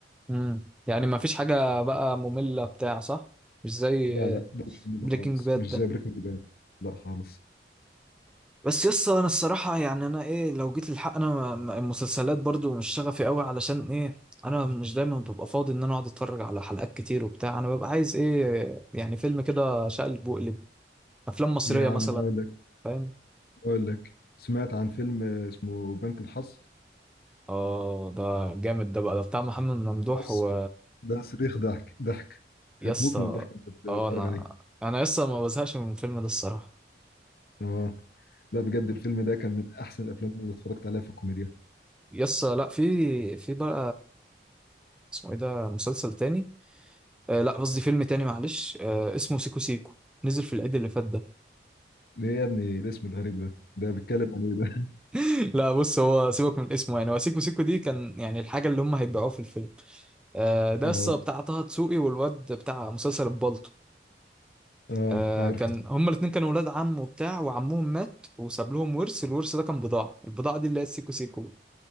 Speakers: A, in the centre; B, on the left.
A: امم يعني ما فيش حاجة بقى مملة بتاع صح مش زي
B: لا لا ده مش منه
A: بريكنج
B: خالص
A: باد
B: مش
A: ده
B: زي بريكنج باد لا خالص
A: بس يس انا الصراحة يعني انا ايه لو جيت للحق انا ما- ما- المسلسلات برضو مش شغفي قوي علشان ايه انا مش دايما ببقى فاضي ان انا اقعد اتفرج على حلقات كتير وبتاع انا ببقى عايز ايه يعني فيلم كده شقلب وقلب افلام مصرية
B: يا عم
A: مثلا
B: اقول لك
A: فاهم
B: اقول لك سمعت عن فيلم اسمه بنك الحظ
A: اه ده جامد ده بقى ده بتاع محمد ممدوح
B: بص
A: و
B: ده صريخ ضحك ضحك
A: يسا
B: هتموت من الضحك وانت بتتفرج
A: اه انا
B: عليه
A: انا يسا ما بزهقش من الفيلم ده الصراحة
B: اه لا بجد الفيلم ده كان من احسن الافلام اللي اتفرجت عليها في الكوميديا
A: يس لا في في بقى اسمه ايه ده مسلسل تاني آه لا قصدي فيلم تاني معلش آه اسمه سيكو سيكو نزل في العيد اللي فات ده
B: ايه يا ابني الاسم الغريب ده ده بيتكلم عن ايه ده
A: <laughs> لا بص هو سيبك من اسمه يعني هو سيكو سيكو دي كان يعني الحاجة اللي هم هيبيعوها في الفيلم آه
B: <laughs>
A: ده
B: اه
A: قصة بتاع طه دسوقي والواد بتاع مسلسل البالطو
B: اه
A: آه
B: عارفه
A: كان هما الاتنين كانوا ولاد عم وبتاع وعمهم مات وساب لهم ورث الورث ده كان بضاعة البضاعة دي اللي هي السيكو سيكو